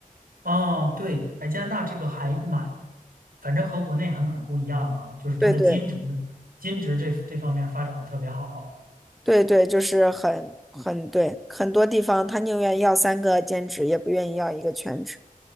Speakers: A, on the right; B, in the centre.
A: 哦，对，哎，加拿大这个还蛮，反正和国内还蛮不一样的哈，就是它的兼职，
B: 对对
A: 兼职这这方面发展的特别好。
B: 对对，就是很很对，很多地方他宁愿要三个兼职，也不愿意要一个全职。